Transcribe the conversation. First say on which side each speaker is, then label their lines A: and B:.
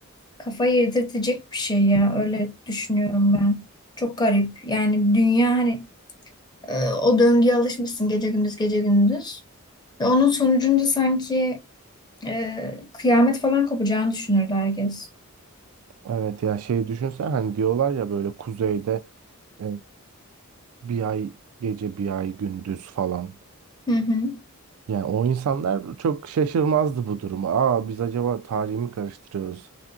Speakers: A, on the left; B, on the right.
A: kafayı yedirtecek bir şey ya öyle düşünüyorum ben. Çok garip. Yani dünya hani e, o döngüye alışmışsın gece gündüz gece gündüz. Ve onun sonucunda sanki e, kıyamet falan kopacağını düşünürdü herkes.
B: Evet ya şey düşünsen hani diyorlar ya böyle kuzeyde e, bir ay gece bir ay gündüz falan.
A: Hı hı.
B: Yani o insanlar çok şaşırmazdı bu duruma. Aa biz acaba tarihi mi karıştırıyoruz?